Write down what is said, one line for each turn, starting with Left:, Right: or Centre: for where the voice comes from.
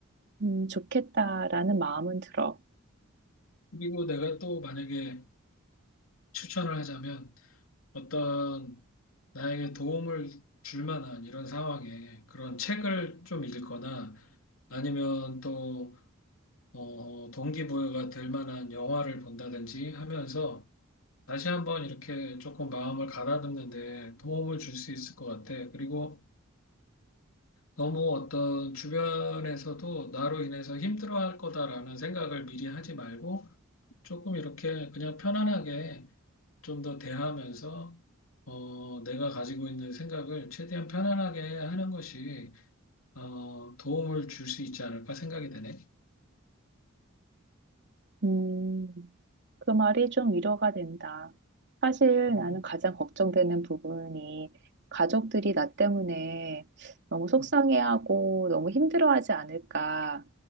Right: 음, 좋겠다라는 마음은 들어.
Left: 그리고 내가 또 만약에 추천을 하자면 어떤 나에게 도움을 줄 만한 이런 상황에 그런 책을 좀 읽거나 아니면 또, 어, 동기부여가 될 만한 영화를 본다든지 하면서 다시 한번 이렇게 조금 마음을 가다듬는데 도움을 줄 수 있을 것 같아. 그리고 너무 어떤 주변에서도 나로 인해서 힘들어할 거다라는 생각을 미리 하지 말고 조금 이렇게 그냥 편안하게 좀 더 대하면서 어, 내가 가지고 있는 생각을 최대한 편안하게 하는 것이 어, 도움을 줄 수 있지 않을까 생각이 되네.
Right: 음, 그 말이 좀 위로가 된다. 사실
Left: 음,
Right: 나는 가장 걱정되는 부분이 가족들이 나 때문에 너무 속상해하고
Left: 음,
Right: 너무 힘들어하지 않을까